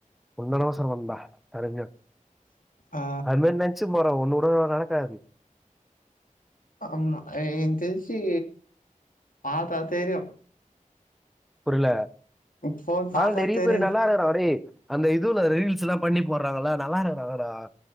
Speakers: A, in the centre; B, on the left.
A: உன்னட அவசர நண்பா பரிஞ்ஜோ
B: ஆ
A: அதுமாரி நச்சுனு போற ஒன்னு போ நடக்காது
B: ஆமா என் தெரிச்சு பாத்தா தெரியு
A: புரீல
B: ஃபோன் பாத்தா
A: ஆ நெறி
B: தெரியு
A: பேரு நல்லா இருக்கிறாங்க டேய் அந்த இதுவுல ரீல்ஸ்ல்லா பண்ணி போட்றாங்கல்ல நல்லா இருக்குல்ல டா